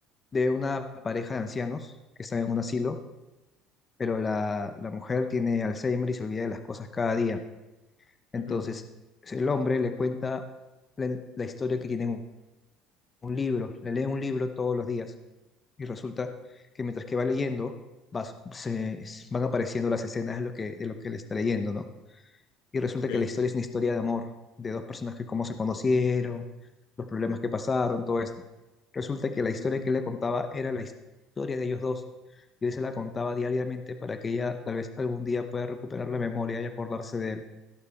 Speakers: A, on the left; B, on the left.
A: de una pareja de ancianos que están en un asilo, pero la, la mujer tiene Alzheimer y se olvida de las cosas cada día. Entonces,
B: ujú,
A: el hombre le cuenta la, la historia que tiene en un, un libro, le lee un libro todos los días y resulta que mientras que va leyendo, va- se, van apareciendo las escenas de lo que, de lo que le está leyendo, ¿no? Y resulta
B: ok,
A: que la historia es una historia de amor, de dos personas que cómo se conocieron, los problemas que pasaron, todo esto. Resulta que la
B: ujú,
A: historia que él le contaba era la historia de ellos dos. Y él se la contaba diariamente para que ella tal vez algún día pueda recuperar la memoria y acordarse de él.